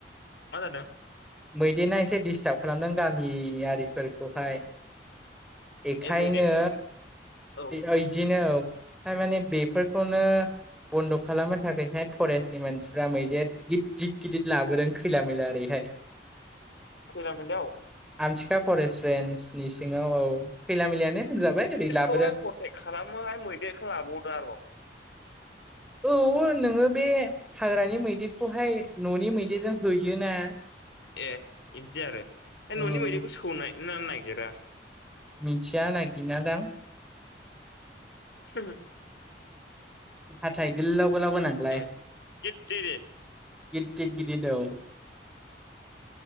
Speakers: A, on the left; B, in the centre.
A: मा जादों।
B: मैदेना एसे डिस्टाब खालामदों गामियारिफोरखौहाय बेखायनो
A: ए मैदेर फैदों औ
B: ओय इदिनो औ थारमाने बेफोरखौनो बन्द' खालामनो थाखैहाय फरेस्टनि मानसिफ्रा मैदेर गिदिद गिदिद लाबोदों खैला मैला ओरैहाय। <inaudible>
A: खैला मोननियाव
B: आमथिखा फरेस्ट रेन्जनि सिङाव औ खैला मैलायानो होनजाबाय ओरै लाब
A: खौहाय पटेक खालामो आरो मैदेरखौ लाबावदो आरोबाव
B: औ नोङो बे हाग्रानि मैदेरखौहाय न'नि मैदेरजों होयोना
A: ए बिदि आरो ओय
B: उम
A: न'नि मैदेरखौ सौनायनानै नायगोरा।
B: मिथिया नागिरना दां।
A: <unintelligible>
B: हाथाइ गोलाव गोलाव गोनांलाय।
A: ए गिदिर
B: गिदिद गिदिद औ